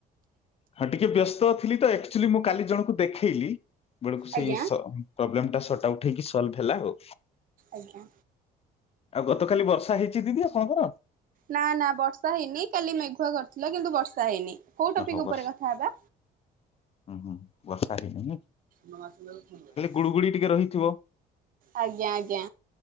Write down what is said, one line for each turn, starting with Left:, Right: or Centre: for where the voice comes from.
Left: ହଁ ଟିକେ ବ୍ୟସ୍ତ ଥିଲି ତ ଆକ୍ଚୁଆଲି ମୁଁ କାଲି ଜଣଙ୍କୁ ଦେଖେଇଲି। ‌ ବେଳକୁ ସେଇ
Right: ଆଜ୍ଞା
Left: ସ ପ୍ରୋବ୍ଲୋମ ସଟ ଆଉଟ ହେଇକି ସଲଭ ହେଲା ଆଉ
Right: ଆଜ୍ଞା।
Left: ଆଉ ଗତକାଲି ବର୍ଷା ହେଇଚି ଦିଦି ଆପଣଙ୍କର?
Right: ନା ନା ବର୍ଷା ହେଇନି କାଲି ମେଘୁଆ କରିଥିଲା କିନ୍ତୁ ବର୍ଷା ହେଇନି। କୋଉ ଟପିକ
Left: ଆ ହଉ
Right: ଉପରେ
Left: ବସ
Right: କଥା ହେବା?
Left: ହୁଁ ହୁଁ ବର୍ଷା ହେଇ ନି।
Right: ନ ଆସିଲେ ଆଉ କଣ କରିବା?
Left: ଗୁଳୁଗୁଳି ଟିକେ ରହିଥିବ।
Right: ଆଜ୍ଞା ଆଜ୍ଞା।